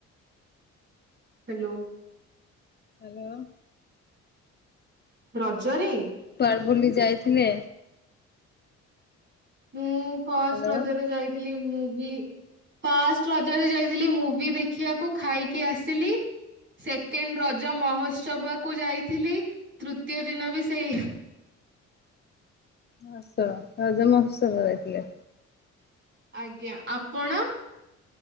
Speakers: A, on the right; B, on the left.
A: ହାଲୋ।
B: ହ୍ୟାଲୋ।
A: ରଜରେ?
B: କୁଆଡେ ବୁଲି ଯାଇଥିଲେ।
A: ମୁଁ ଫାଷ୍ଟ୍
B: ହ୍ୟାଲୋ
A: ରଜରେ ଯାଇଥିଲି ମୁଭି ଫାଷ୍ଟ୍ ରଜରେ ଯାଇଥିଲି ମୁଭି ଦେଖିବାକୁ ଖାଇକି ଆସିଲି। ସେକେଣ୍ଡ ରଜ ମହୋତ୍ସବ କୁ ଯାଇଥିଲି ତୃତୀୟ ଦିନ ବି ସେଇ।
B: ମହୋତ୍ସବ ରଜ ମହୋତ୍ସବ ରେ ଯାଇଥିଲେ।
A: ଆଜ୍ଞା ଆପଣ?